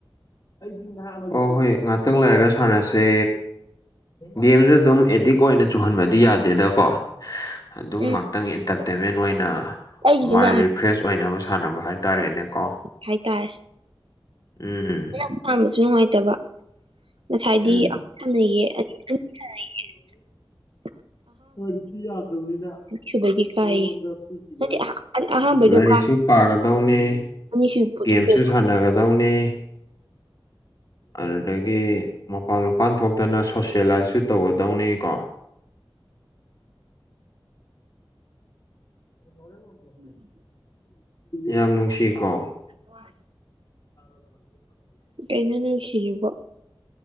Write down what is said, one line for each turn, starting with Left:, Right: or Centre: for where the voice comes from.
Left: <unintelligible> ꯑꯣ ꯍꯣꯏ ꯉꯥꯛꯇꯪ ꯂꯩꯔꯒ ꯁꯥꯟꯅꯁꯦ ꯒꯦꯝꯖꯨ ꯑꯗꯨꯝ ꯑꯦꯗꯤꯛ ꯑꯣꯏꯅ ꯆꯨꯍꯟꯕꯗꯤ ꯌꯥꯗꯦꯗꯀꯣ ꯑꯗꯨꯝ
Right: ꯎꯝ
Left: ꯉꯥꯏꯇꯪꯒꯤ ꯏꯟꯇꯔꯇꯦꯟꯃꯦꯟ ꯑꯣꯏꯅ
Right: ꯑꯩꯒꯤꯁꯤꯅ
Left: ꯃꯥꯏꯟ ꯔꯤꯐ꯭ꯔꯦꯁ ꯑꯣꯏꯅꯕ ꯁꯥꯟꯅꯕ ꯍꯥꯏꯇꯥꯔꯦꯅꯦ ꯀꯣ
Right: ꯍꯥꯏꯇꯥꯔꯦ
Left: ꯎꯝ
Right: ꯑꯄꯥꯝꯕꯁꯨ ꯅꯨꯡꯉꯥꯏꯇꯕ ꯉꯁꯥꯏꯗꯤ
Left: ꯎꯝ
Right: ꯑꯃꯨꯛ ꯍꯟꯅ ꯌꯦ__ <unintelligible>
Left: ꯀꯔꯤꯁꯨ ꯌꯥꯗꯕꯅꯤꯅ
Right: ꯁꯨꯕꯒꯤ ꯀꯥꯏꯌꯦ
Left: ꯅꯉꯣꯟꯗ ꯄꯤꯈꯤꯕ
Right: ꯅꯠꯇꯦ
Left: ꯑꯩꯒꯤ
Right: ꯑꯍꯥꯟꯕꯩꯗꯣ
Left: ꯂꯥꯏꯔꯤꯛꯁꯨ
Right: ꯀꯥ
Left: ꯄꯥꯒꯗꯧꯅꯤ
Right: ꯑꯅꯤꯁꯨꯕꯗ
Left: ꯒꯦꯝꯁꯨ
Right: ꯄꯣꯛꯄ
Left: ꯁꯥꯟꯅꯒꯗꯧꯅꯤ ꯑꯗꯨꯗꯒꯤ ꯃꯄꯥꯟ ꯃꯄꯥꯟ ꯊꯣꯛꯇꯅ ꯁꯣꯁꯦꯂꯥꯏꯁꯁꯨ ꯇꯧꯒꯗꯧꯅꯤꯀꯣ ꯂꯕꯣ
Right: ꯎꯝ
Left: ꯌꯥꯝ ꯅꯨꯡꯁꯤ ꯀꯣ
Right: ꯍ
Left: <inaudible>
Right: ꯀꯩꯅ ꯅꯨꯡꯈꯤꯌꯦꯀꯣ